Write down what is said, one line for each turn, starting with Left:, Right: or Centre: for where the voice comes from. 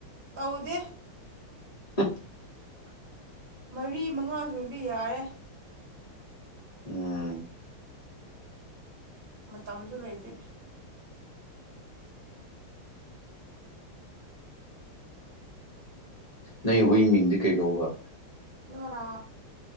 Right: ꯇꯧꯗꯦ
Left: <unintelligible>
Right: ꯃꯔꯤ ꯃꯉꯥꯁꯨꯔꯗꯤ ꯌꯥꯔꯦ
Left: ꯎꯝ
Right: ꯃꯇꯝꯁꯨ ꯂꯩꯇꯦ
Left: ꯅꯩ ꯍꯨꯏ ꯃꯤꯡꯗ ꯀꯩ ꯀꯧꯕ
Right: ꯅꯨꯔꯥ